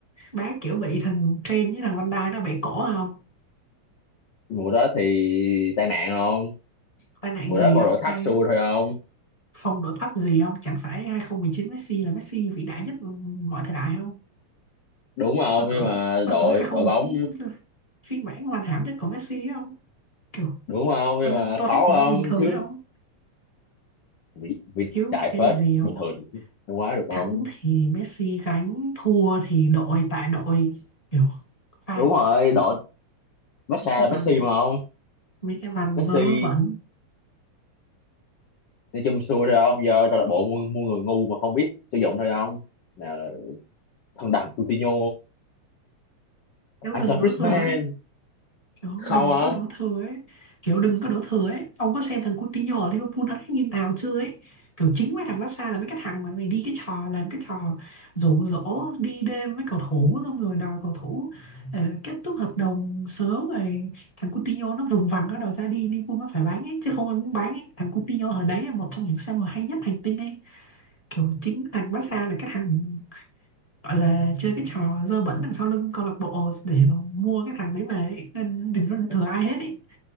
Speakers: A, on the left (about 15°); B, on the left (about 70°).
A: bá kiểu bị thằng Train với thằng Van Dijk nó bẻ cổ không?
B: mùa đó thì tai nạn không
A: Tai nạn
B: mùa
A: gì
B: đó phong
A: không?
B: độ thấp
A: Tai
B: xuôi thôi không
A: phong độ thấp gì không? Chẳng phải 2019 Messi là Messi vĩ đại nhất mọi thời đại không?
B: đúng không
A: Tôi tưởng
B: nhưng mà
A: tôi
B: đội
A: tưởng 2019
B: đội bóng
A: là phiên bản hoàn hảo nhất của Messi ấy không? Kiểu
B: đúng không
A: tôi,
B: nhưng mà
A: tôi
B: khó
A: thấy cũng
B: không
A: bình thường
B: thiếu
A: đấy không?
B: vĩ vĩ
A: Thiếu
B: đại
A: cái
B: phết
A: gì
B: bình
A: không?
B: thường không quá được
A: Thắng
B: không
A: thì Messi gánh, thua thì đội tại đội kiểu fan
B: đúng rồi đội Barca
A: cái
B: là
A: văn
B: Messi mà không
A: mấy cái văn
B: Messi
A: vớ vẩn
B: nói chung xui thôi ông giờ câu lạc bộ mua mua người ngu mà không biết sử dụng thôi ông nào là thằng đằng Coutinho
A: nếu
B: Antoine
A: đừng đổ
B: Griezmann
A: thừa ấy Kiểu
B: không
A: đừng
B: ông.
A: có đổ thừa ấy Kiểu đừng có đổ thừa ấy Ông có xem thằng Coutinho ở Liverpool nó đánh như nào chưa ấy Kiểu chính mấy thằng Barca là mấy cái thằng mà mày đi cái trò là cái trò rủ rỗ đi đêm với cầu thủ xong rồi đòi cầu thủ ờ, kết thúc hợp đồng sớm rồi thằng Coutinho nó vùng vằng nó đòi ra đi Liverpool nó phải bán ấy chứ không ai muốn bán ấy thằng Coutinho ở đấy là một trong những xe mà hay nhất hành tinh ấy kiểu chính thằng Barca là cái thằng gọi là chơi cái trò dơ bẩn đằng sau lưng câu lạc bộ để mà mua cái thằng đấy về ấy. nên đừng có đổ thừa ai hết ấy